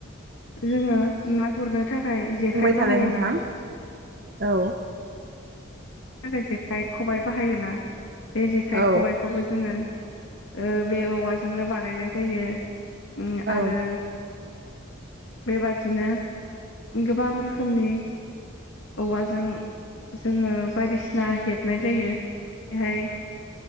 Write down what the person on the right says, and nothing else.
बुंबाय थालाय
नोंथां औ
औ
औ